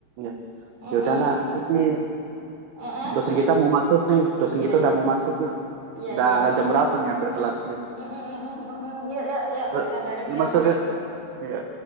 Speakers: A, on the right; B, on the right.
A: ya
B: Mm-mm.
A: ya udahlah ini
B: Uh-uh.
A: dosen kita mau masuk nih dosen
B: Iya,
A: kita
B: iya,
A: udah mau masuk
B: iya,
A: udah
B: iya. iya.
A: jam berapa nih hampir telat ya
B: Mm-mm, mm-mm, mm-mm. Yuk, yuk, yuk,
A: Eh,
B: kita bareng
A: ya
B: yuk.
A: masuk
B: Iya.
A: yuk ya